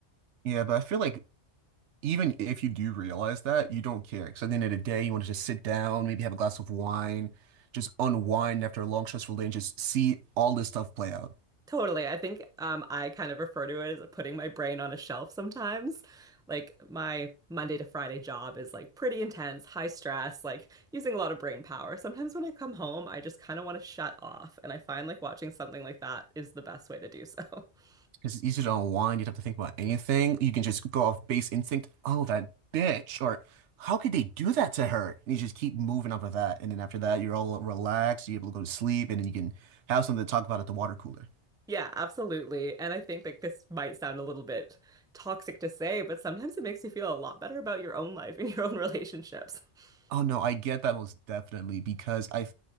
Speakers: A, on the right; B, in the centre.
A: Yeah, but I feel like even if you do realize that, you don't care. Because at the end of the day, you want to just sit down, maybe have a glass of wine, just unwind after a long, stressful day and just see all this stuff play out.
B: Totally. I think um, I kind of refer to it as putting my brain on a shelf sometimes. Like my Monday to Friday job is like pretty intense, high stress, like using a lot of brain power. Sometimes when I come home, I just kind of want to shut off. And I find like watching something like that is the best way to do so. <laughs>
A: Cause It's easier to unwind. You don't have to think about anything. You can just go off base instinct. Oh, that bitch. Or how could they do that to her? And you just keep moving up with that. And then after that, you're all relaxed. You're able to go to sleep. And then you can have something to talk about at the water cooler.
B: Yeah, absolutely. And I think like this might sound a little bit toxic to say, but sometimes it makes you feel a lot better about your own life and your own relationships. <laughs>
A: Oh, no, I get that most definitely because I